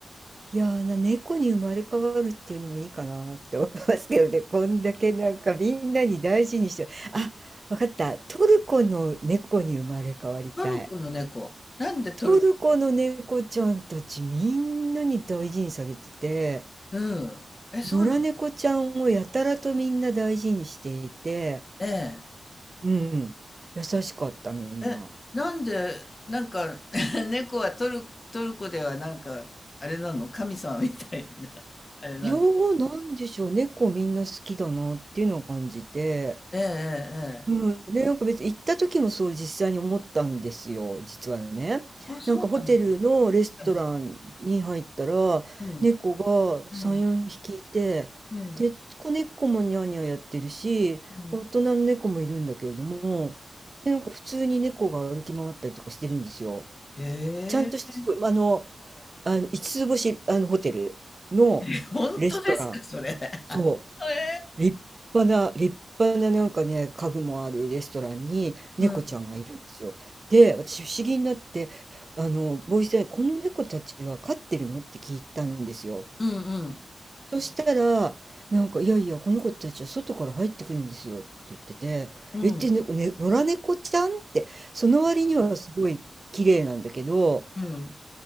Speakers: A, on the right; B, on the left.
A: いやーな、猫に生まれ変わるっていうのもいいかなって思いますけどね、こんだけなんかみんなに大事にして、あ、わかった、トルコの猫に生まれ変わりたい。
B: トルコの猫。なんでトルコ、
A: トルコの猫ちゃんたちみんなに大事にされてて、
B: うん。え、そうなの
A: 野良猫ちゃんをやたらとみんな大事にしていて、
B: ええ。
A: うん、優しかったみんな。
B: え、なんで、なんか、<laughs> 猫はトル、トルコではなんか、あれなの神様みたいな、<laughs> あれなんで。
A: よう、なんでしょう、猫みんな好きだなっていうのを感じて。
B: ええ、ええ、
A: うん、
B: ええ。
A: で、なんか別に行った時もそう実際に思ったんですよ、実はね。
B: あ、そうなの
A: なんかホテルのレストランに入ったら、
B: うん、うん、
A: 猫が3、
B: うん、
A: 4匹いて、
B: うん。
A: で、子猫もニャーニャーやってるし、
B: うん
A: 大人の猫もいるんだけれども、で、なんか普通に猫が歩き回ったりとかしてるんですよ。
B: へ
A: ちゃんとしてすごい、
B: え、
A: あの、あの、五つつ星、あの、ホテルのレストラン。
B: <laughs> 本当ですか、それ。<laughs> え
A: そ
B: え、
A: う、立派な、立派ななんかね、家具もあるレストランに猫ちゃんがいるんですよ。
B: うん。
A: で、私不思議になって、あの、ボイスで、この猫たちは飼ってるのって聞いたんですよ。
B: うんうん。
A: そしたら、なんか、いやいや、この子たちは外から入ってくるんですよって言ってて、
B: うん
A: えって、ね、ね野良猫ちゃんって、その割にはすごい綺麗なんだけど、
B: うん。